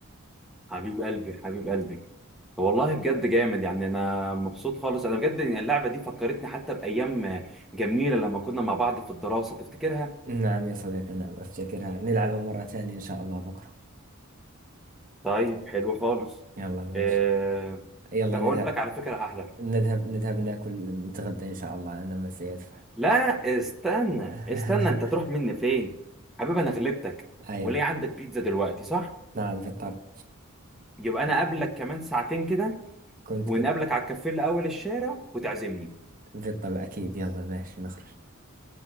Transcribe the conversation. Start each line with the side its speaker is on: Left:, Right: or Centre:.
Centre: حبيب قلبي حبيب قلبي والله بجد جامد يعني انا مبسوط خالص انا بجد يعني اللعبه دي فكرتني حتى بايام جميله لما كنا مع بعض في الدراسه تفتكرها
Right: نعم يا صديقي نعم أفتكرها نلعبها مرة ثانية إن شاء الله بكرة
Centre: طيب حلو خالص
Right: يلا ماشي
Centre: آه...
Right: يلا
Centre: طب
Right: نذهب
Centre: اقول لك على فكره احلى
Right: نذهب نذهب ناكل نتغدى إن شاء الله أنا من سيدفع
Centre: لا استنى
Right: <laughs>
Centre: استنى انت تروح مني فين حبيبي انا غلبتك
Right: أيوه
Centre: وليه عندك بيتزا دلوقتي صح
Right: نعم بالطبع
Centre: يبقى انا اقابلك كمان ساعتين كده
Right: كنت
Centre: ونقابلك
Right: كنت
Centre: على الكافيه اللي اول الشارع وتعزمني
Right: بالطبع أكيد يلا ماشي نخرج